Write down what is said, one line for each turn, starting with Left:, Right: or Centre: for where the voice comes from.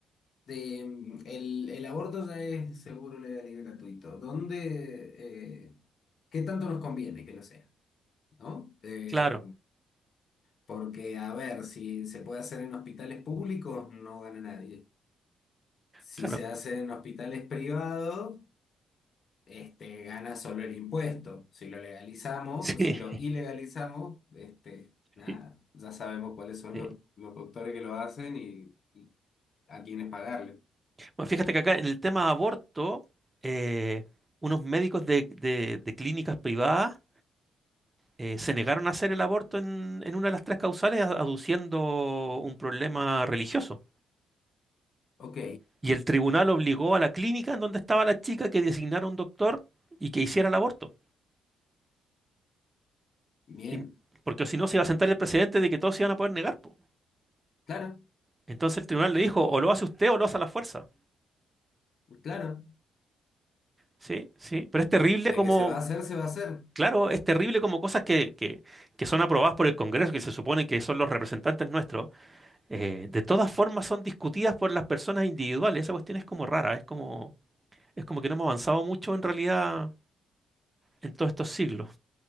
Left: de, mm, el, el aborto ya es seguro, legal y gratuito. ¿Dónde, eh, qué tanto nos conviene que lo sea, ¿no? Eh,
Right: Claro,
Left: porque, a ver, si se puede hacer en hospitales públicos, no gana nadie. Si
Right: claro.
Left: se hace en hospitales privados, este, gana solo el impuesto. Si lo legalizamos,
Right: <laughs>
Left: si lo ilegalizamos, este, nada,
Right: Sí.
Left: ya sabemos cuáles son
Right: Sí.
Left: los, los doctores que lo hacen y, y a quiénes pagarle.
Right: Bueno, fíjate que acá en el tema aborto, eh, unos médicos de, de- de clínicas privadas eh, se negaron a hacer el aborto en, en una de las tres causales, a- aduciendo un problema religioso.
Left: Ok,
Right: Y el tribunal obligó a la clínica en donde estaba la chica que designara un doctor y que hiciera el aborto.
Left: bien,
Right: Y- porque si no se iba a sentar el precedente de que todos se iban a poder negar, po.
Left: claro,
Right: Entonces el tribunal le dijo, o lo hace usted o lo hace a la fuerza.
Left: claro.
Right: Sí, sí, pero es terrible
Left: De
Right: como,
Left: que se va a hacer, se va a hacer.
Right: Claro, es terrible como cosas que, que- que son aprobadas por el Congreso, que se supone que son los representantes nuestros, eh, de todas formas son discutidas por las personas individuales. Esa cuestión es como rara, es como, es como que no hemos avanzado mucho en realidad en todos estos siglos.